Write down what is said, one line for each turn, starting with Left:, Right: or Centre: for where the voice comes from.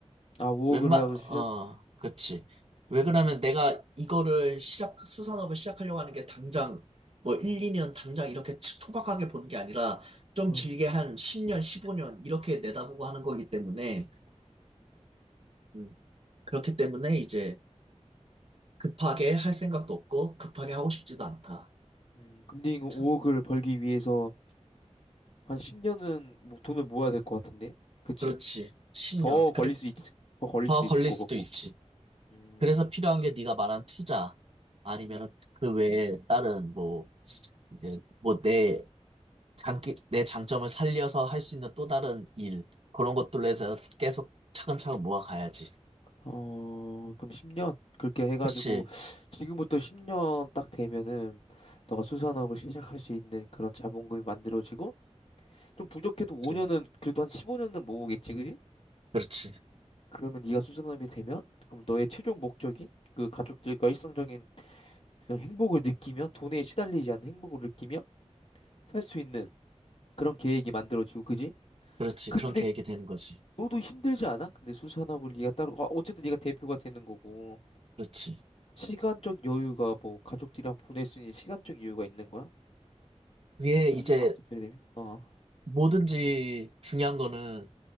Left: 아, 5억
Right: 웬만,
Left: 하고 시작은.
Right: 어, 그렇지. 왜
Left: 음,
Right: 그러냐면 내가 이거를 시작, 수산업을 시작하려고 하는 게 당장, 뭐 1,
Left: 음,
Right: 2년 당장 이렇게 치- 초박하게 보는 게 아니라 좀
Left: 어.
Right: 길게
Left: 음.
Right: 한 10년, 15년 이렇게 내다보고 하는 거기 때문에,
Left: 음.
Right: 음, 그렇기 때문에 이제 급하게 할 생각도 없고 급하게 하고 싶지도 않다.
Left: 음, 근데 이거
Right: 참,
Left: 5억을 벌기 위해서 한 10년은 뭐 돈을 모아야 될 것 같은데? 그치?
Right: 그렇지. 10년.
Left: 더 걸릴
Right: 그래,
Left: 수 있, 더 걸릴
Right: 더
Left: 수도
Right: 걸릴
Left: 있을 것
Right: 수도
Left: 같고.
Right: 있지.
Left: 음,
Right: 그래서 필요한 게 네가 말한 투자 아니면
Left: 음,
Right: 그 외에 다른 뭐
Left: 음.
Right: 이제 뭐 내 장기 내 장점을 살려서 할 수 있는 또 다른 일 그런 것들로 해서 계속 차근차근 모아가야지.
Left: 어, 그럼 10년? 그렇게 해가지고,
Right: 그렇지,
Left: 지금부터 10년 딱 되면은, 너가 수산업을 시작할 수 있는 그런 자본금이 만들어지고, 좀 부족해도 5년은,
Right: 그래,
Left: 그래도 한 15년은 모으겠지, 그지?
Right: 그렇지,
Left: 그러면 네가 수산업이 되면, 그럼 너의 최종 목적인, 그 가족들과 일상적인 그런 행복을 느끼며, 돈에 시달리지 않는 행복을 느끼며, 살 수 있는 그런 계획이 만들어지고, 그지?
Right: 그렇지.
Left: 근데
Right: 그런 계획이 되는 거지.
Left: 너도 힘들지 않아? 근데 수산업을 네가 따로 아, 어쨌든 네가 대표가 되는 거고
Right: 그렇지.
Left: 시간적 여유가 뭐 가족들이랑 보낼 수 있는 시간적 여유가 있는 거야?
Right: 그게
Left: 그
Right: 이제
Left: 수산업 대표가 되면 어,
Right: 뭐든지 중요한 거는